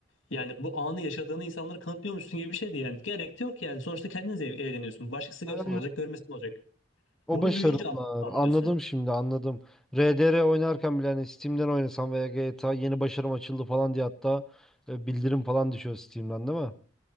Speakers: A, on the left; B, in the centre.
A: yani bu anı yaşadığını insanlara kanıtlıyormuşsun gibi bir şeydi yani. Gerek de yok yani. Sonuçta kendiniz eğleniyorsun. Başkası görsen
B: Ha.
A: olacak, görmesin olacak.
B: O
A: Bunu
B: başarımlar.
A: büyüyünce an- anlıyorsun.
B: Anladım şimdi anladım. RDR oynarken bile hani Steam'den oynasam veya GTA yeni başarım açıldı falan diye hatta e, bildirim falan düşüyor Steam'den değil mi?